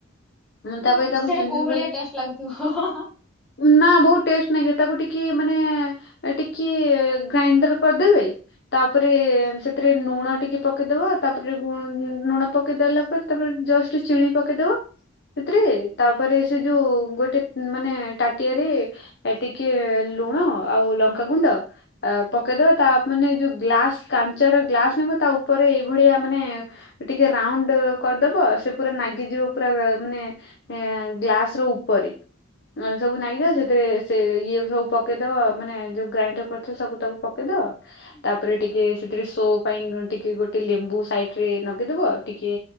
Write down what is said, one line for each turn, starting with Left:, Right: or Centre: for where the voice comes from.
Left: ହୁଁ
Centre: ମୁଁ
Left: ତାପରେ
Centre: ଭାବୁଛି
Left: ତାକୁ
Centre: ସେଇଟା
Left: ଚୁନ୍,
Centre: କୋଉ
Left: ଚୁନ୍
Centre: ଭଳିଆ
Left: କରି-ନା
Centre: ଟେଷ୍ଟ ଲାଗୁଥିବ। ହୁଁ ହୁଁ ହଁ।
Left: ବୋହୁତ୍ ଟେଷ୍ଟ୍ ନାଗେ ତାକୁ ଟିକେ, ମାନେ ଟିକେ ଗ୍ରାଇଣ୍ଡର କରିଦେବେ ତାପରେ, ସେଥିରେ ଲୁଣ ଟିକେ ପକେଇ ଦବ ତାପରେ ଗୁ-ଲୁଣ ପକେଇଦେଲା ପରେ ତାପରେ ଜଷ୍ଟ ଚିନି ପକେଇଦବ। ସେଥିରେ ତା ତାପରେ ସେ ଯୋଉ ଗୋଟେ, ମାନେ ତାଟିଆରେ ଟିକେ ଲୁଣ, ଆଉ ଲଙ୍କା ତ ଗୁଣ୍ଡ, ଆ-ପକେଇଦବା ତା ମାନେ ଯୋଉ ଗ୍ଲାସ, କାଞ୍ଚାର ଗ୍ଲାସ ନେବା ତା ଉପରେ ଏଇଭଳିଆ ମାନେ ଟିକେ ରାଉଣ୍ଡ କରିଦବ ସେ ପୁରା ନାଗିଯିବ ପୁରା, ମାନେ ଏଁ-ଗ୍ଲାସ ର ଉପରେ। ନହେଲେ ସବୁ ନାଗିଯାଏ ସେଥିରେ ସେ ଇଏ ସବୁ ପକେଇଦବ, ମାନେ ଯୋଉ ଗ୍ରାଇଣ୍ଡର କରି ଥିବ, ସବୁ ତାକୁ ପକେଇଦବ।
Centre: ହୁଁ
Left: ତାପରେ ଟିକେ ସେଥିରେ ସୋ ପାଇଁ କଣ ଟିକେ, ଗୋଟେ ଲେମ୍ବୁ ସାଇଡ ରେ ନଗେଇଦବ, ଟିକେ